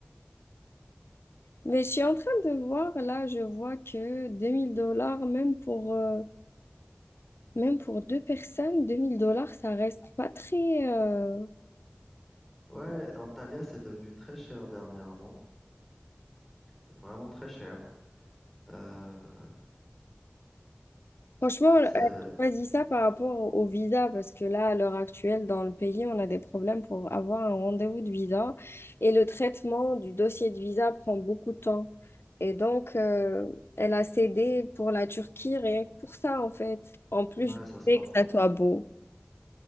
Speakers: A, on the left (about 80°); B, in the centre.
A: Mais je suis en train de voir, là, je vois que 2000 dollars, même pour, euh, même pour deux personnes, 2000 dollars, ça reste pas très, euh,
B: Ouais, Antalya, c'est devenu très cher dernièrement. C'est vraiment très cher. Euh,
A: Franchement, euh,
B: c'est...
A: je choisis ça par rapport au visa parce que là, à l'heure actuelle, dans le pays, on a des problèmes pour avoir un rendez-vous de visa et le traitement du dossier de visa prend beaucoup de temps. Et donc, euh, elle a cédé pour la Turquie rien que pour ça, en fait. En plus,
B: Ouais,
A: je
B: ça se
A: sais
B: comprend.
A: que ça soit beau.